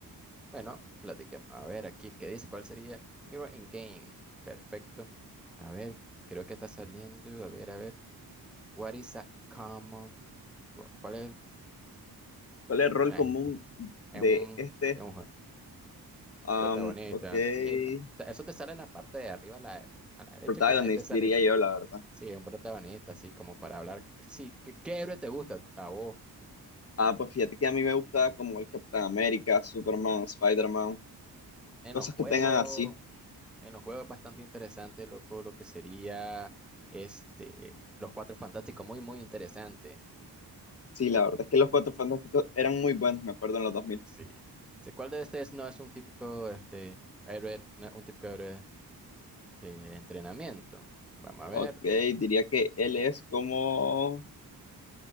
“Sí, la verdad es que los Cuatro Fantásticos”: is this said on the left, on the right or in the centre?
Left